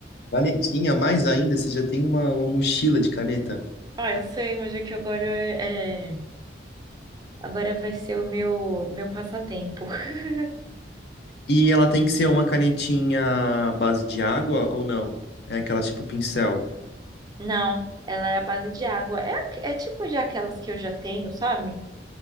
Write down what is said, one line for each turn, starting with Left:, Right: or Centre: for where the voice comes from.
Left: Canetinha, mais ainda, você já tem uma, uma mochila de caneta.
Right: Ah, eu sei, mas é que agora é... Agora vai ser o meu, meu passatempo. <laughs>
Left: E ela tem que ser uma canetinha à base de água ou não? É aquela tipo pincel.
Right: Não, ela é a base de água. É, a- é tipo já aquelas que eu já tenho, sabe?